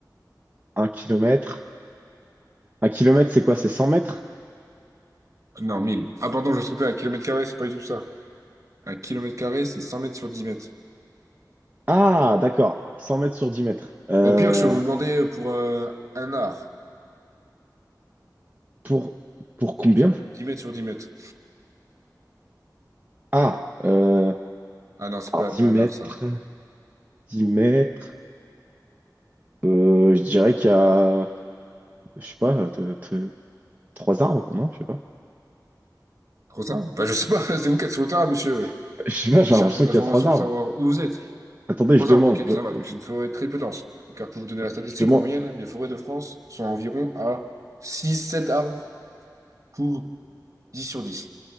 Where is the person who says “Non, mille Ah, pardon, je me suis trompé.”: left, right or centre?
Right